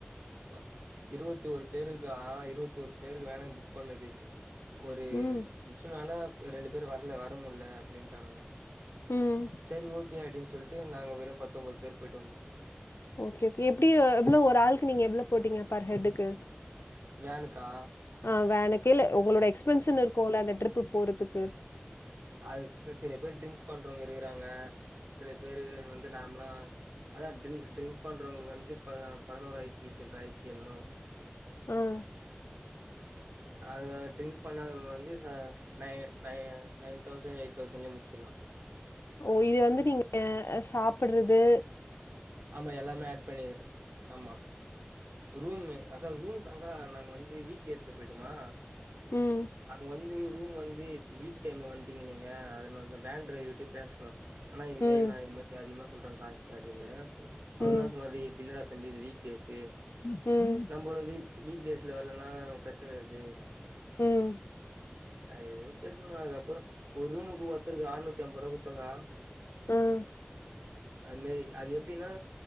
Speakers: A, on the right (about 65°); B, on the left (about 75°).
A: பக் இருவத்தி ஓர் பேருக்கா இருவத்தி ஒரு பேருக்கு வேன புக் பண்ணது ஒரு
B: ம்,
A: இஷ்சுனால ரெண்டு பேரு வர்ல வர முட்ல அப்டின்ட்டானுங்கோ
B: ம்.
A: செரி ஓகே அப்டின்னு சொல்ட்டு நாங்க வெறு பத்தம்போது பேர் போயிட்டு வந்தோ
B: ஓகே ஓகே எப்டி எவ்ளோ ஒரு ஆளுக்கு நீங்க எவ்ளோ போட்டீங்க பா ஹெட்டுக்கு
A: வேனுக்கா
B: ஆ வேனுக்கு இல்ல உங்களோட எக்ஸ்பென்ஸ்சனு இருக்குல அந்த ட்ரிப்பு போறதுக்கு
A: அதுக்கு சில பேர் ட்ரிங்க்ஸ் பண்றவங்க இருக்குறாங்க சில பேரு வந்து நார்ம்லா அதா ட்ரிங்க் ட்ரிங்க் பண்றவங்களுக்கு வந்து ப பதினோராயிரத்தி சில்ற ஆய்ச்சு என்மோ
B: ம்
A: அது ட்ரிங்க் பண்ணாத வந்து ச nine nine nine thousand eight தௌசண்ட்லே முடிச்சிட்லா
B: ஓ இது வந்து நீங்க சாப்டுறது
A: ஆமா எல்லாமே ஆட் பண்ணி ஆமா ரூம்மு அக்கா ரூம் தாங்காலா நாங்க வந்து வீக்டேஸ்ல போய்ட்டமா
B: ம்
A: அது வந் ந்து ரூம் வந்து வீக் டைம்ல வண்ட்டீங்க நீங்க அதனாலாத வேன் டிரைவர்ட்டயு பேஸ்னோ ஆனா இதுமாரி
B: ம்
A: நா இதுமேட்டு அதிகமா சொல்றே காசு அப்டின்னு அவர்
B: ம்
A: என்னா சொல்வாரு இது இல்லடா தம்பி இது வீக் டேஸ்சு
B: ம்
A: நம்ம ஒரு வீ வீக் டேஸ்ல வர்ல்லனா பிரச்சன வருது
B: ம்
A: அது எதோ பேசுனகா அதுக்கப்பற ஒரு ரூமுக்கு ஒருத்தருக்கு அறனூத்தி அம்பருவா குத்துக்கா
B: ம்
A: அது மாரி அது எப்டின்னா